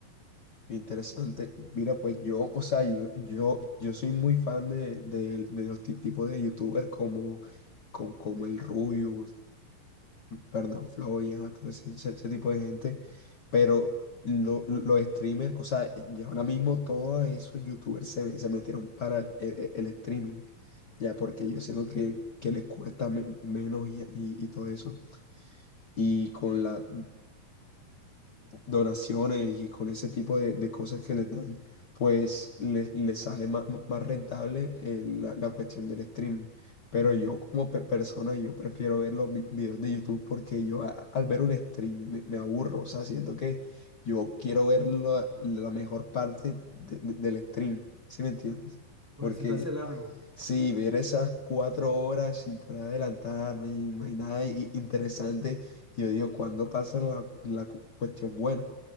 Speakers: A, on the left; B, in the centre.
A: Interesante. Mira, pues yo, o sea, yo, yo, yo soy muy fan de, de, de los ti- tipos de youtubers como, como, como el Rubius, Fernán Floyd, ajá, todo ese, ese- ese tipo de gente. Pero lo- lo- los streamers, o sea, ya ahora mismo todos esos youtubers se, se metieron para el, el- el streaming, ya porque yo siento que, que les cuesta me- menos y, y, y todo eso. Y con la donaciones y con ese tipo de, de cosas que les dan, pues les, les sale más, más rentable eh, la, la cuestión del stream. Pero yo como pe- persona, yo prefiero ver los vi- videos de YouTube porque yo a- al ver un stream me, me aburro, o sea, siento que yo quiero ver la, la mejor parte de- de- del stream, ¿sí me entiendes?
B: Oye,
A: Porque
B: se te hace largo.
A: Sí, ver esas cuatro horas sin poder adelantar, no hay, no hay nada i- interesante. y Yo digo, ¿cuándo pasa la, la cu- cuestión buena?